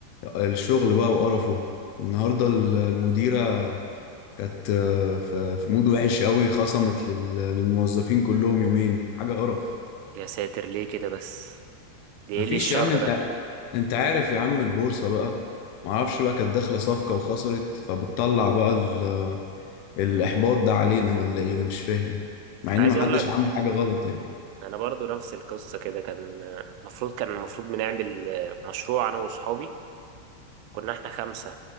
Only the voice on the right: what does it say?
يا ساتر ليه كده بس ده ايه
ليه الشر
ده
انا
عايز
اقول لك
انا برضو نفس القصه كده كان المفروض كان المفروض بنعمل آه، مشروع انا واصحابي كنا احنا خمسه